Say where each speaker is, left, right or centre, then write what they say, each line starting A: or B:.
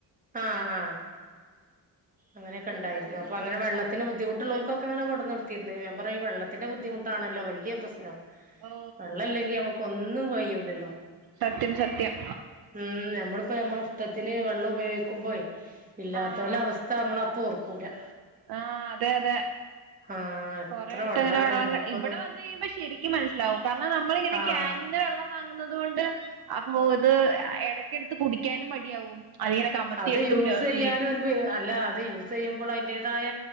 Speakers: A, on the right (about 20°); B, on the right (about 65°).
A: ആഹ്, ആഹ്. അങ്ങനെക്കണ്ടായിരുന്നു അപ്പോ അങ്ങനെ വെള്ളത്തിന് ബുദ്ധിമുട്ട്ള്ളോല്കൊക്കെ ങ്ങനെ കൊടുന്നൊടുത്തീര്ന്ന് ഞാപറയ ഈ വെള്ളത്തിന് വെള്ളത്തിന്റെ ബുദ്ധിമുട്ടാണല്ലോ വല്ല്യെ പ്രസ്നം
B: ഓ
A: വെള്ളംല്ലെങ്കി ഞ്ഞമ്മക്ക് ഒന്നും കയ്യൂലല്ലോ.
B: സത്യം, സത്യം.
A: ഉം ഞമ്മളിപ്പോ ഞമ്മളെ ഇഷ്ടത്തിന് വെള്ളം ഉപയോഗിക്കുമ്പയ് ഇല്ലാത്തോലെ
B: ആഹ്
A: അവസ്ഥ മ്മള് അപ്പൊ ഓർക്കൂലാ.
B: ആഹ് അതെ അതെ
A: ആഹ് എത്ര
B: കൊറെയെട്ത്ത്
A: വെള്ളാണ്
B: അങ്ങനെ വെള്ളല്ല
A: നമ്മളൊക്കൊന്ന്
B: ഇവിടെ വന്ന് കഴിയുമ്പോ ശെരിക്കും ഇക്ക് മനസ്സിലാവും കാരണം നമ്മളിങ്ങനെ
A: ആഹ്
B: കാനീന്ന് വെള്ളം വാങ്ങി വാങ്ങുന്നത് കൊണ്ട് അപ്പോത് എട്ക്കെടുത്ത് കുടിക്കാനും മടിയാവും. അതിങ്ങനെ കമത്തി
A: അത്
B: എടുത്ത്
A: യൂസെയ്യാനും
B: കുടി വീ
A: ഒരു പേ അല്ല അത് യൂസ് യൂസ് ചെയ്യുമ്പോള് അയിന്റേതായ